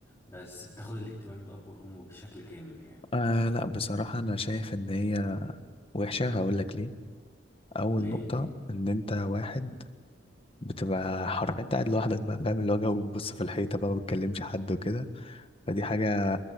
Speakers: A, on the left (about 15°); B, on the left (about 30°).
A: بس بتاخد الاهتمام الاب والام بشكل كامل يعني
B: آه لا بصراحة انا شايف ان هي وحشة هقول لك ليه اول
A: ليه؟
B: نقطة ان انت واحد بتبقى حر انت قاعد لوحدك بقى فاهم اللي هو جو بتبص في الحيطة بقى ما بتكلمش حد وكده فدي حاجة